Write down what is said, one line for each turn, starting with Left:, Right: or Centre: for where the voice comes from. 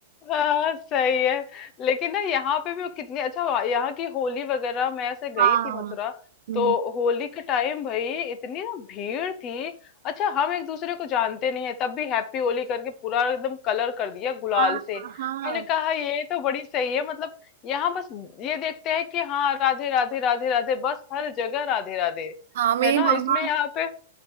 Left: हाँ सही है लेकिन ना यहाँ पे भी वो कितनी अच्छा वहाँ- यहाँ की होली वगैरह मैं ऐसे गई
Right: हाँ
Left: थी मथुरा
Right: हम्म,
Left: तो होली के टाइम भाई इतनी ना भीड़ थी अच्छा हम एक दूसरे को जानते नहीं है तब भी हैप्पी होली करके पूरा एकदम कलर कर दिया गुलाल
Right: हाँ
Left: से
Right: हाँ
Left: मैंने कहा ये तो बड़ी सही है मतलब यहाँ बस ये देखते हैं कि हाँ राधे राधे राधे राधे बस हर जगह राधे राधे
Right: हाँ मेरी
Left: है ना
Right: मम्मा
Left: इसमें यहाँ पे